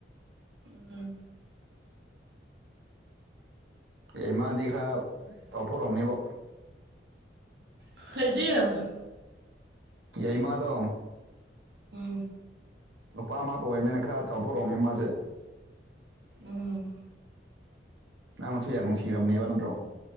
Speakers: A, on the right; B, on the right.
A: ꯎꯝ
B: ꯑꯦ ꯃꯥꯗꯤ ꯈꯔ ꯆꯥꯎꯊꯣꯔꯝꯅꯤꯕꯣ
A: <unintelligible>
B: ꯌꯥꯏꯃꯥꯗꯣ
A: ꯎꯝ
B: ꯅꯨꯄꯥ ꯑꯃꯇ ꯑꯣꯏꯕꯃꯤꯅ ꯈꯔ ꯆꯥꯎꯊꯣꯔꯛꯑꯃꯤ ꯃꯥꯁꯤ꯫
A: ꯎꯝ
B: ꯅꯪꯅꯁꯨ ꯌꯥꯝ ꯅꯨꯡꯁꯤꯔꯕꯅꯦꯕ ꯅꯠꯇ꯭ꯔꯣ꯫